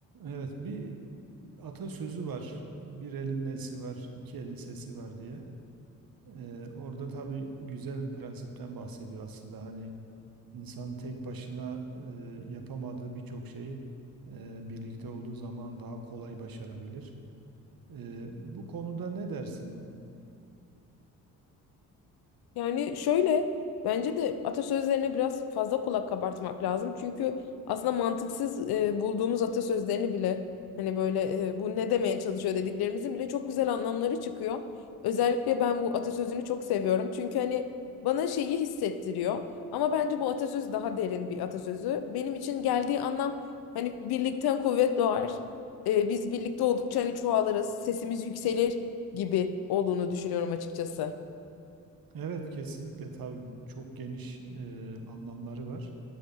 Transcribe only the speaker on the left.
Yani şöyle bence de atasözlerine biraz fazla kulak kabartmak lazım. Çünkü aslında mantıksız e, bulduğumuz atasözlerini bile hani böyle e, bu ne demeye çalışıyor dediklerimizin bile çok güzel anlamları çıkıyor. Özellikle ben bu atasözünü çok seviyorum. Çünkü hani bana şeyi hissettiriyor. Ama bence bu atasöz daha derin bir atasözü. Benim için geldiği anlam hani birlikten kuvvet doğar. E, biz birlikte oldukça hani çoğalırız, sesimiz yükselir gibi olduğunu düşünüyorum açıkçası.